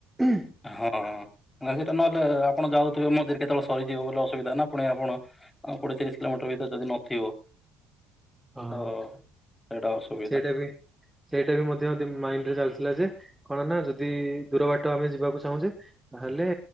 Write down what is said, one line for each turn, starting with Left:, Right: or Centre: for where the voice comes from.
Centre: ହୁଁ।
Left: ହଁ ମଝିରେ ନହେଲେ ଆପଣ ଯାଉଥିବେ ମଝିରେ କେତେବେଳେ ସରିଯିବ ବୋଲି ଅସୁବିଧା ନା ପୁଣି ଆପଣ ହଁ କୋଡ଼ିଏ ତିରିଶ କିଲୋମିଟର ଭିତରେ ଯଦି ନଥିବ
Centre: ହଁ
Left: ତ ସେଇଟା ଅସୁବିଧା।
Centre: ସେଇଟା ବି ସେଇଟା ବି ମଧ୍ୟ ଦି ମାଇଣ୍ଡ ରେ ଚାଲିଥିଲା ଯେ କଣ ନା ଯଦି ଦୂର ବାଟ ଆମେ ଯିବାକୁ ଚାହୁଁଛେ ତାହେଲେ